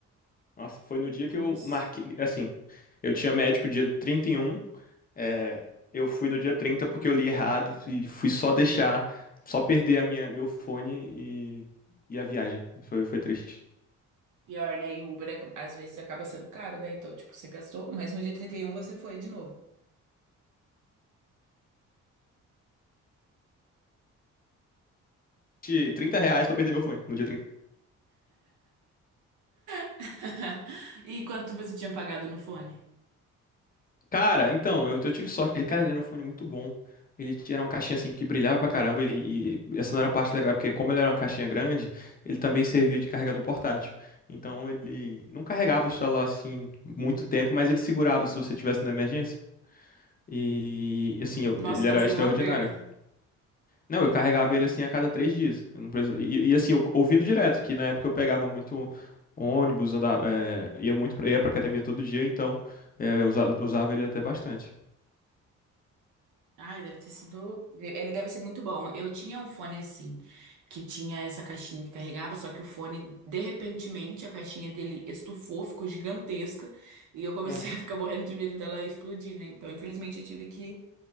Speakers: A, on the left (about 30°); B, on the right (about 75°).
A: nossa, foi no dia
B: Putz.
A: que eu marquei, assim, eu tinha médico dia 31. É, eu fui no dia 30 porque eu li errado e fui só deixar, só perder a minha, meu fone e, e a viagem. Foi, foi triste.
B: Pior, né? E o Uber é- às vezes acaba sendo caro, né? Então, tipo, você gastou, mas no dia trinta e um você foi de novo.
A: Ti- 30 reais pra perder meu fone no dia 30.
B: <laughs> E quanto você tinha pagado no fone?
A: Cara, então, eu, eu tive sorte. Ele, cara, ele era um fone muito bom. Ele tinha era uma caixinha assim que brilhava pra caramba e, e essa não era a parte legal, porque como ele era uma caixinha grande, ele também servia de carregador portátil. Então ele não carregava o celular assim muito tempo, mas ele segurava se você tivesse na emergência. E assim, eu-
B: Nossa,
A: ele
B: então
A: era
B: foi
A: extraordinário.
B: uma perda.
A: Não, eu carregava ele assim a cada três dias. Eu não precisa- E, e, assim, eu- ouvindo direto, que na época eu pegava muito ônibus, andava, é, ia muito pra, ia pra academia todo dia, então é, eu usava ele até bastante.
B: Ai, deve ter sido. Ele deve ser muito bom. Eu tinha um fone assim, que tinha essa caixinha que carregava, só que o fone, de repentemente, a caixinha dele estufou, ficou gigantesca, e eu comecei
A: Aham,
B: <laughs> a ficar morrendo de medo dela explodir, né? Então, infelizmente, eu tive que